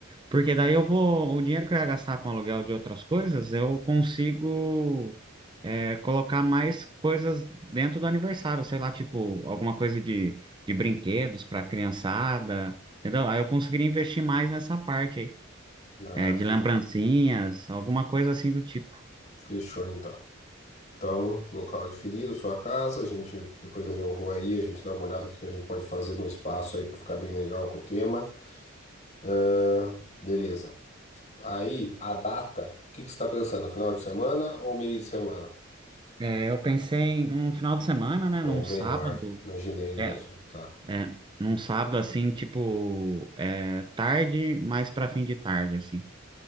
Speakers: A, on the right; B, on the left.
A: Porque daí eu vou, o dinheiro que eu ia gastar com aluguel de outras coisas, eu consigo é colocar mais coisas dentro do aniversário, sei lá, tipo, alguma coisa de, de brinquedos para criançada, entendeu? Aí eu conseguiria investir mais nessa parte aí,
B: Ah,
A: é, de
B: fe-
A: lembrancinhas, alguma coisa assim do tipo.
B: fechou então. Então, local definido, sua casa, a gente, depois aí eu vou aí, a gente dá uma olhada o que que a gente pode fazer no espaço aí para ficar bem legal com o tema. Ah, beleza. Aí, a data, o que que você está pensando? Final de semana ou meio de semana?
A: É, eu pensei em um final de semana, né,
B: É
A: num
B: melhor,
A: sábado,
B: imaginei mesmo.
A: é,
B: Tá.
A: é, num sábado assim, tipo, é, tarde, mais para fim de tarde, assim.